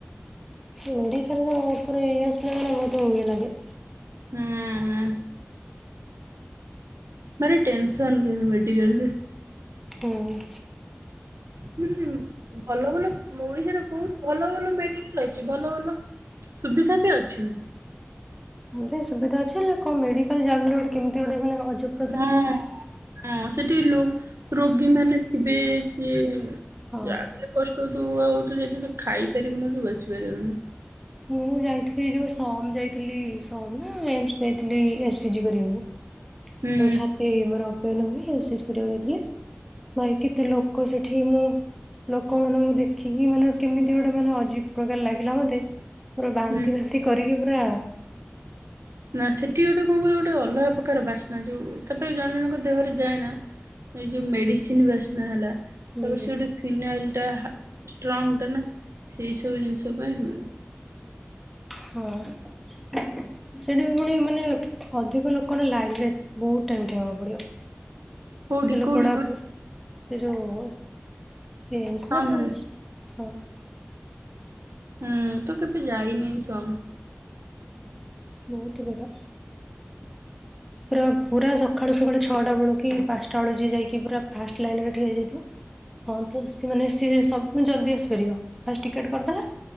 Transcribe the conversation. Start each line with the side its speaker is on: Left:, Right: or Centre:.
Centre: ମେଡିକଲ ଆ ଉପରେ ଇମୋସନାଲ ବହୁତ ଇଏ ଲାଗେ
Right: ହୁଁ ହୁଁ ଭାରି ଟେନ୍ସନ କିନ୍ତୁ ମେଡିକାଲ ରେ
Centre: ହୁଁ
Right: ହୁଁ ଭଲ ଭଲ ଓଡିଶାରେ ବହୁତ ଭଲ ଭଲ ମେଡିକାଲ ଅଛି ଭଲ ଭଲ ସୁବିଧା ବି ଅଛି
Centre: ହଁ ଯେ ସୁବିଧା ଅଛି ହେଲେ କଣ ମେଡିକାଲ ଯା ବିହେଲେ ଗୋଟେ କେମତି ଗୋଟେ ଅଯବ
Right: ହଁ ହଁ ସେଠି ଲୋ ରୋଗୀମାନେ ଥିବେ ସିଏ
Centre: ହଁ।
Right: ଯାହା ବି ହେଲେ କଷ୍ଟ ହଉ ହଉୁଠିୁ ଖାଇ ପାରିବୁନ କି ବସି ପାରିବୁନି
Centre: ମୁଁ ଯାଇଥିଲି ଯୋଉ ସୋ ମ୍ ଯାଇଥିଲି ସୋମ୍ ନା ଏମସ ଯାଇଥିଲି ଏସ ସିଜି କରିବାକୁ
Right: ହୁଁ।
Centre: ଯୋଉ ଛାତି ମୋର ଅପୟନ ହୁଏ ସିଝ କରିବାକୁ ଯାଇଥିଲେ ଭାଇ କେତେ ଲୋକ ସେଠି ମୁଁ ଲୋକ ମାନଙ୍କୁ ଦେଖିକି ମାନେ କେମିତି ଗୋଟେ ମାନେ ଅଜୀବ ପ୍ରକାର ଲାଗିଲା ମତେ ପୁର ବାନ୍ତି
Right: ହୁଁ
Centre: ବାନ୍ତି କରିକି ପୁରା
Right: ନା ସେଠି ଗୋଟେ କଣ କର ଗୋଟେ ଅଲଗା ପ୍ରକାର ବାସ୍ନା ଯୋଉ ତାପରେ ଜଣେ ଜଣଙ୍କ ଦେହରେ ଯାଏ ନା ଏ ଯୋଉ ମେଡିସିନ ବାସନା ହେଲା ତାପରେ
Centre: ହୁଁ ହୁଁ
Right: ସେ ଗୋଟେ ଫିନାଇଲ ଟା ହା ଷ୍ଟ୍ରଙ୍ଗ ଟା ନା ସେଇ ସବୁ ଜିନିଷ ପାଇଁ
Centre: ହଁ
Right: <inaudible>
Centre: ସେଠି ବି ପୁଣି ମାନେ ଅଧିକ ଲୋକଙ୍କ ଲାଇନ ରେ ବହୁତ ଟାଇମ ଠିଆବାକୁ ପଡିବ
Right: କୋଉଠି
Centre: ସେ ଲୋକଡା
Right: କୋଉଠି କହିଲୁ
Centre: ସେ ଯୋଉ ଏମ୍ସ
Right: ସମ୍
Centre: <unintelligible>
Right: ରେ
Centre: ହଁ
Right: ହୁଁ ତ କେବେ ଯାଇ ନହିଁ ସମ
Centre: ବହୁତ ବୁଡ଼ <inaudible> ପୁରା ପୁରା ସକାଳୁ ସକାଳୁ ଛଅଟା ବେଳ କି ପାଞ୍ଚଟା ବେଳୁ ଯେ ଯାଇକି ପୁରା ଫାଷ୍ଟ ଲାଇନ ରେ ଠିଆଯାଇଥିବ ହଁ ତ ସିମାନେ ସିଜଲ୍ଦି ଆସିପାରିବ ଫାଷ୍ଟ ଟିକେଟ କରିଦେଲା